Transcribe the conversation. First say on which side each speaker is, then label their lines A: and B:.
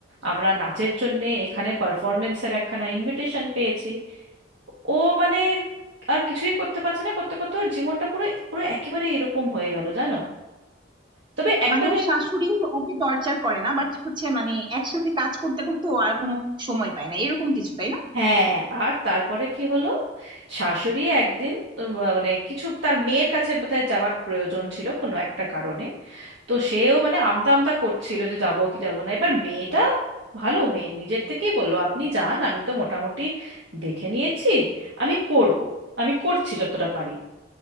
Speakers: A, on the right; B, on the right.
A: আমরা নাচের জন্যে এখানে পারফরমেন্সের একখানা ইনভিটেশন পেয়েছি ও মানে আর কিছুই করতে পারছে না করতে করতে ওর জীবনটা পুরো পুরো একেবারে এরকম হয়ে গেল জানো তবে একটা
B: মানে ওর
A: যে
B: শাশুড়ি ওকে টর্চার করে না বাট হচ্ছে মানে একসাথে কাজ করতে করতে ও আর কোনো সময় পায় না এরকম কিছু তাই না
A: হ্যাঁ আর তারপরে কি হলো শাশুড়ি একদিন উম, মানে কিছু তার মেয়ের কাছে বোধহয় যাওয়ার প্রয়োজন ছিল কোনো একটা কারণে তো সেও মানে আমতা আমতা করছিল যে যাবো কি যাবো না এবার মেয়েটা ভালো মেয়ে নিজের থেকেই বললো আপনি যান আমি তো মোটামুটি দেখে নিয়েছি আমি করব আমি করছি যতটা পারি